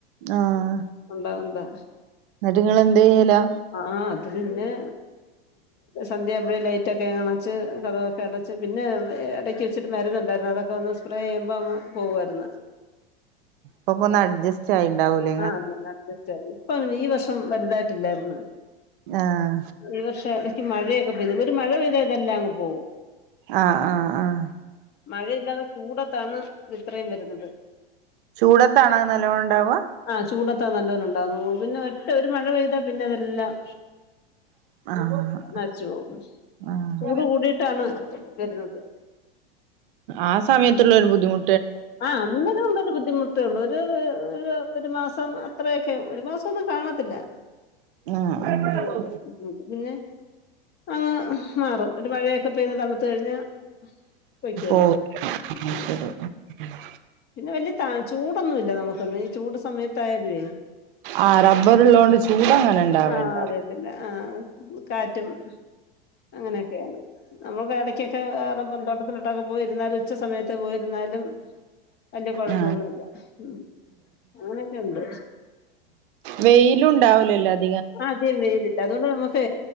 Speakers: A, on the right (about 60°); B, on the left (about 35°).
A: ആഹ
B: ഉണ്ടാവുന്താ
A: എന്നിട്ട് നിങ്ങള് എന്തു യ്യലാ
B: ആഹ അത് പിന്നെ സന്ധ്യയാവുമ്പോഴേ ലൈറ്റൊക്കെ അണച്ച് കതൊവൊക്കെ അടച്ച് പിന്നെ ഇടക്ക് ഇച്ചിരി മരുന്നുണ്ടായിരുന്നു അതൊക്കെ ഒന്ന് സ്പ്രേ ചെയ്യുമ്പോൾ അങ്ങ് പോവായിരുന്നു
A: ആപ്പൊക്കെ ഒന്ന് അഡ്ജസ്റ്റ് ആയിട്ടുണ്ടാവൂലേ
B: ആഹ ഒന്ന് അഡ്ജസ്റ്റായി. ഇപ്പം ഈ വർഷം വലുതായിട്ടില്ലായിരുന്നു
A: ആഹ്
B: ഈ വർഷം ഇടക്ക് മഴയൊക്കെ പെയ്തു ഒരു മഴ പെയ്താ ഇതെല്ലാം അങ്ങ് പോകും
A: ആ ഹആ ഹആഹ
B: മഴയില്ലാതെ ചൂടത്താണ് ഇത്രയും വരുന്നത്
A: ചൂടത്താണോ അത് നല്ലോണം ഉണ്ടാവ
B: ആഹ് ചൂടത്താ നല്ലോലെ ഉണ്ടാവുന്ന പിന്നെ ഒറ്റ ഒരു മഴ പെയ്താ പിന്നെ അതെല്ലാം
A: ആഹ് ആഹ്
B: നശിച്ചു പോകും
A: ആഹ്
B: ചൂട് കൂടിയിട്ടാണ് വരുന്നത്
A: ആ സമയത്തുള്ളരു ബുദ്ധിമു
B: ആഹ് അന്നൊരു മുൻമ്പ് ബുദ്ധിമുട്ടള്ളൂ ഒരു ഒരു ഒരു മാസം അത്രയൊക്കെ ഒരു മാസം ഒന്നും കാണത്തില്ല
A: ആഹ് ആഹ്
B: അത്രയുള്ളൂ പിന്നെ അങ്ങ് മാറും ഒരു മഴയൊക്കെ പെയ്ത് തണ്ത്തു കഴിഞ്ഞാ പൊയ്ക്കോളും
A: ഓക്കേ എന്നാ
B: ഉം
A: ശരി എന്നാ
B: പിന്നെ വലിയ ത ചൂടൊന്നും ഇല്ല നമുക്കൊന്നും ഈ ചൂട് സമയത്തയെല്‌വേ
A: ആ റബ്ബറുള്ളോണ്ട് ചൂട് അങ്ങനെ ഇണ്ടാവേണ്ട
B: ആഹ് അതെ ആഹ് ആഹ് കാറ്റും അങ്ങനെയൊക്കെയാണ് നമ്മുക്ക് ഇടക്കൊക്കെ റബ്ബർ ന്തോട്ടത്തിലിട്ടൊക്കെ പോയിരുന്നാലും ഉച്ച സമയത്ത് പോയിരുന്നാലും വല്യ കൊഴപ്പൊന്നുല്ല
A: ആ
B: ഉം അങ്ങനൊക്കെണ്ട്
A: വെയില് ഉണ്ടാവലില്ലല്ലോ
B: ആഹ് അധികം വെയിലില്ല അതുകൊണ്ട് നമുക്ക്